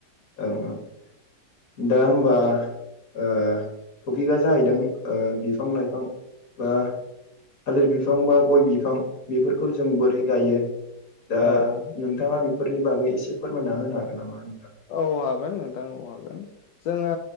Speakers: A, on the left (about 50°); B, on the left (about 85°).
A: ओं औं दा होमबा टपिकआ जाहैदों बिफां लाइफां बा थालिर बिफां बा गय बिफां बेफोरखौ जों बोरै गायो दा
B: औ औ
A: नोंथाङा बेफोरनि बागै एसे फोरमायना होनो हागोन नामा नोंथां
B: औ हागोन नोंथां औ हागोन जोङो